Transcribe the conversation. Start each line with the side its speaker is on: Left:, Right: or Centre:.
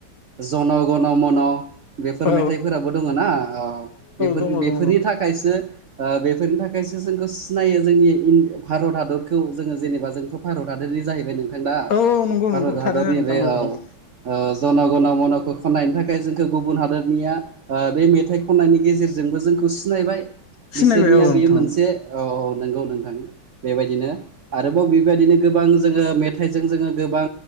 Right: जन' गन' मन' बेफोर
Left: औ
Right: मेथाइफोराबो दङ ना औ बेफोर
Left: दङ दङ
Right: बेफोरनि
Left: दङ
Right: थाखायसो बेफोरनि थाखायसो जोंखौ सिनायो जोंनि भारत हादरखौ जोङो जेनेबा जोंथ' भारत हादरनि जाहैबाय नोंथां दा
Left: औ नंगौ
Right: भारत
Left: नंगौ थारैनो
Right: हादरनि
Left: नोंथां
Right: बे औ
Left: नंगौ
Right: जना गना मनाखौ खन्नायनि थाखाय जोंखौ गुबुन हादोरनिया बे मेथाइ खननायनि गेजेरजोंबो जोंखौ सिनायबाय
Left: सिनायबाय
Right: बिसोरनिया
Left: औ नोंथां
Right: बेयो मोनसे औ नंगौ नोंथां बेबायदिनो आरोबाव बेबायदिनो गोबां जोङो मेथाइजों जोङो गोबां